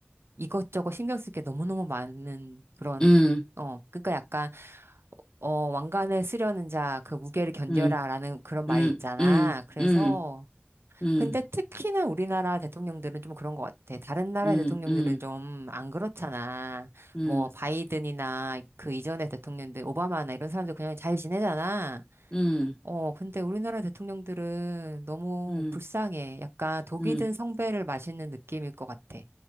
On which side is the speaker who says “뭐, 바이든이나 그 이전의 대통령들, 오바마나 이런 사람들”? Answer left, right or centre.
Right